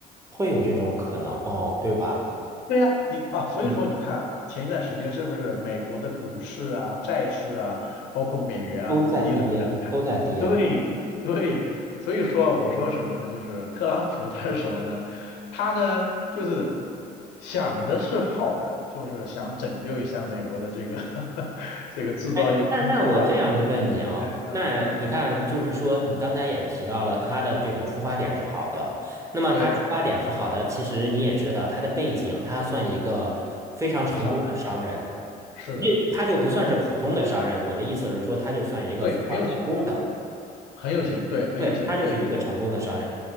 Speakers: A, on the right; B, on the left.
A: 会有这种可能哦，对吧？
B: 对呀，你啊，所以说你看前一段时间是不是美国的股市啊、
A: 嗯，
B: 债市啊，包括美元啊，
A: 都在跌，
B: 都跌得比较厉害。
A: 都在跌。
B: 对对，所以说我说什么呢？就是特朗普 <laughs> 他是什么呢？他呢就是想的是好的，就是想拯救一下美国的这个 <laughs> 这个制造业空心化的，
A: 哎，那那我这样的问你啊，
B: 嗯嗯
A: 那你看，就是说你刚才也提到了他的这个出发点是好的，
B: 嗯，
A: 那么他出发点是好的，
B: 对，
A: 其实你也知道他的背景，他算一个非常成功的商人，
B: 商人是的，
A: 这他就不算是普通的商人，
B: 嗯
A: 我的意思是说，他就算一个非常成功的。
B: 对，很有钱，很有钱，对，很有钱，
A: 对，他就是一个成功的商人，
B: 对，